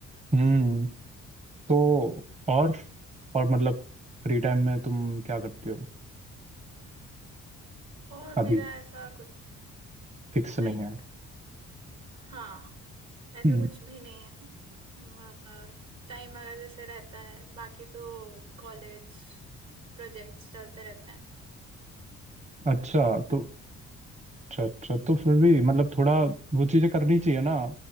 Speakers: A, on the right; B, on the right.
A: हम्म तो और और मतलब फ्री टाइम में तुम क्या करते हो
B: और
A: अभी
B: मेरा ऐसा कुछ लाइक
A: फिक्स नहीं है
B: हाँ ऐसा
A: हम्म
B: कुछ भी नहीं है टाइम अगर जैसे रहता है बाकी तो कॉलेज प्रोजेक्ट्स चलते रहते हैं
A: अच्छा तो अच्छा अच्छा तो फिर भी मतलब थोड़ा वो चीजें करनी चाहिए ना